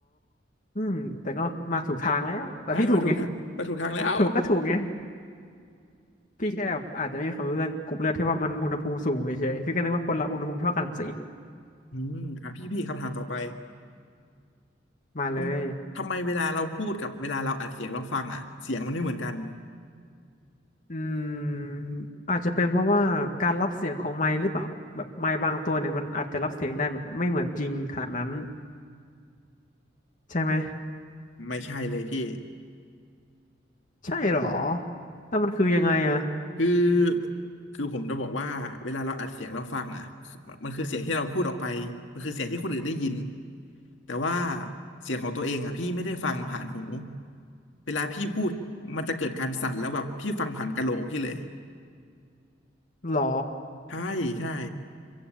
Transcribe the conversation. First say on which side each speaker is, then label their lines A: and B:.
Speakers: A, on the left; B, on the left.
A: อืมแต่ก็มาถูกทางแล้วแต่พี่ถูกไง
B: ใช่มาถูกทางมาถูกทางแล้ว
A: ถูกก็ถูกไง พี่แค่อาจจะไม่มีความรู้เรื่องกรุ๊ปเลือดที่ว่ามันอุณหภูมิสูงเฉยๆพี่ก็นึกว่าคนเราอุณหภูมิเท่ากันซะอีก
B: อืมอ่ะพี่พี่คำถามต่อไป
A: มาเลย
B: ทำทำไมเวลาเราพูดกับเวลาเราอัดเสียงเราฟังอ่ะเสียงมันไม่เหมือนกัน
A: อืมอาจจะเป็นเพราะว่าการรับเสียงของไมค์หรือเปล่าแบบไมค์บางตัวเนี่ยมันอาจจะรับเสียงได้แบบไม่เหมือนจริงขนาดนั้นใช่ไหม
B: ไม่ใช่เลยพี่
A: ใช่เหรอแล้วมันคือยังไงอะ
B: คือคือผมจะบอกว่าเวลาเราอัดเสียงเราฟังอ่ะมันคือเสียงที่เราพูดออกไปมันคือเสียงที่คนอื่นได้ยินแต่ว่าเสียงของตัวเองอ่ะพี่ไม่ได้ฟังผ่านหูเวลาพี่พูดมันจะเกิดการสั่นแล้วแบบพี่ฟังผ่านกะโหลกพี่เลย
A: หรอ
B: ใช่ใช่